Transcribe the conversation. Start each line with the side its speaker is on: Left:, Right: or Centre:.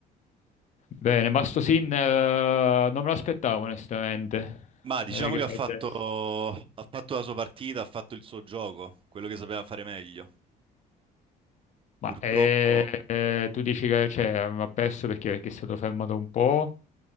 Left: Bene, ma sto Sinner eh, non me l'aspettavo onestamente,
Right: Ma diciamo
Left: eh, che
Right: che
Left: perdesse.
Right: ha fatto, ha fatto la sua partita, ha fatto il suo gioco, quello che sapeva fare meglio.
Left: Ma
Right: Purtroppo
Left: eh, eh, tu dici che cioè, ha perso perché, perché è stato fermato un po'?